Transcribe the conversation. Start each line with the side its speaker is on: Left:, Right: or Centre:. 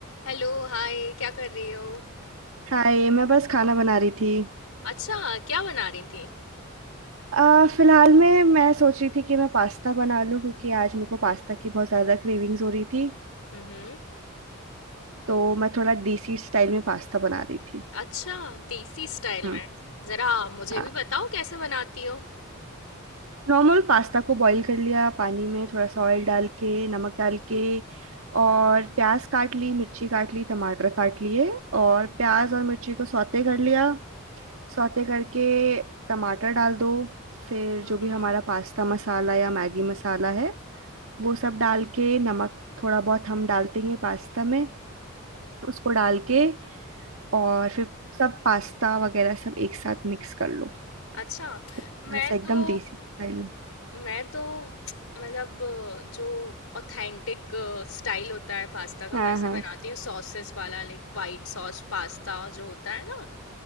Left: Hello hi क्या कर रही हो
Right: हाय मैं बस खाना बना रही थी
Left: अच्छा क्या बना रही थी
Right: आ, फिलहाल में मैं सोच रही थी कि मैं पास्ता बना लूं क्योंकि आज मेरे को पास्ता की बहुत ज़्यादा क्रेविंग्स हो रही थी
Left: हम्म
Right: तो मैं थोड़ा देसी स्टाइल में पास्ता बना रही थी
Left: अच्छा देसी स्टाइल
Right: हम्म
Left: में जरा मुझे
Right: हाँ
Left: भी बताओ कैसे बनाती हो
Right: नॉर्मल पास्ता को बॉईल कर लिया पानी में थोड़ा सा ऑयल डाल के नमक डाल के और प्याज काट ली मिर्ची काट ली टमाटर काट लिए और प्याज और मिर्ची को सौते कर लिया सौते करके टमाटर डाल दो फिर
Left: हम्म
Right: जो भी हमारा पास्ता मसाला या मैगी मसाला है वो सब डाल के नमक थोड़ा बहुत हम डालते ही हैं पास्ता में उसको डाल के और फिर सब पास्ता वगैरह सब एक साथ मिक्स कर लो
Left: अच्छा
Right: तो
Left: मैं
Right: बस एकदम
Left: तो
Right: देसी स्टाइल
Left: मैं तो मतलब जो ऑथेंटिक स्टाइल होता है पास्ता का
Right: हाँ
Left: वैसे
Right: हाँ
Left: बनाती हूँ सॉसेस वाला लाइक वाइट सॉस पास्ता जो होता है ना